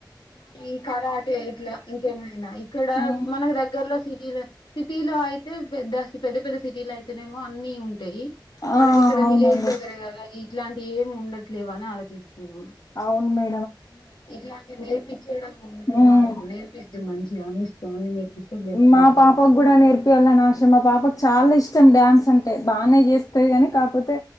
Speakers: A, on the left; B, on the left.
A: ఈ కరాటే ఇట్లా ఇంకేమైనా ఇక్కడ
B: ఆ
A: మనకి దగ్గర్లో సిటీలో సిటీలో అయితే పెద్ద పెద్ద పెద్ద సిటీలో అయితేనేమో అన్నీ ఉంటాయి
B: ఆ
A: మనకి ఇక్కడ
B: అవునండి
A: విలేజ్ దగ్గర కదా ఇట్లాంటి ఏమి ఉండట్లేవు అని ఆలోచిస్తున్నాం
B: అవున్ మే
A: ఇట్లాంటి నేర్పించడం ఉంటే
B: ఉమ్
A: బాగుండు నేర్పిస్తే మంచిగా అని ఇస్తా అని నేర్ప్ ఇస్తే బెస్టే
B: మా
A: అప్పుడు
B: పాపకు కూడా నేర్పియాలని ఆశ మా పాపకు చాలా ఇష్టం డ్యాన్స్ అంటే బాగానే చేస్తది కాని కాకపోతే